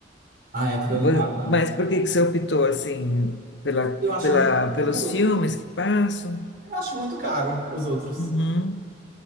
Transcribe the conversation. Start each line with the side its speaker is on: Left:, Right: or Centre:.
Right: Ah, é porque
Left: Vo-
Right: eu não pago, não.
Left: Mas por que que você optou assim pela,
Right: Eu acho
Left: pela,
Right: muito
Left: pelos
Right: caro.
Left: filmes que passam?
Right: Eu acho muito caro os outros.
Left: Uhum.